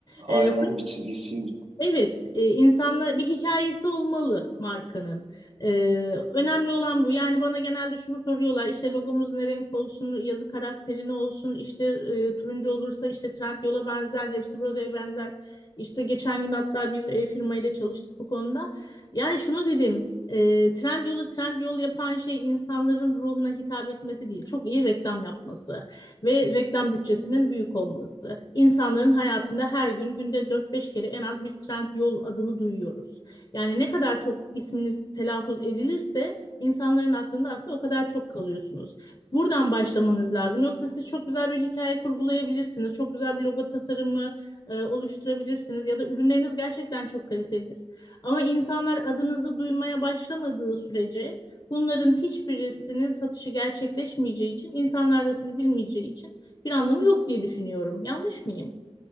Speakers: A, on the right; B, on the left.
A: Aynen
B: Ee,
A: bir çizgisi.
B: Evet, e, insanlar bir hikayesi olmalı markanın. E, önemli olan bu. Yani bana genelde şunu soruyorlar. işte logomuz ne renk olsun, yazı karakteri ne olsun, işte e, turuncu olursa işte Trendyol'a benzer, hepsi burada'ya benzer. İşte geçen gün hatta bir e, firma ile çalıştık bu konuda. Yani şunu dedim, e, Trendyol'u Trendyol yapan şey insanların ruhuna hitap etmesi değil, çok iyi reklam yapması ve reklam bütçesinin büyük olması. İnsanların hayatında her gün günde dört beş kere en az bir Trendyol adını duyuyoruz. Yani ne kadar çok isminiz telaffuz edilirse insanların aklında aslında o kadar çok kalıyorsunuz. Buradan başlamanız lazım. Yoksa siz çok güzel bir hikaye kurgulayabilirsiniz. Çok güzel bir logo tasarımı e, oluşturabilirsiniz ya da ürünleriniz gerçekten çok kalitelidir. Ama insanlar adınızı duymaya başlamadığı sürece Bunların hiçbirisinin satışı gerçekleşmeyeceği için, insanlar da siz bilmeyeceği için bir anlamı yok diye düşünüyorum. Yanlış mıyım?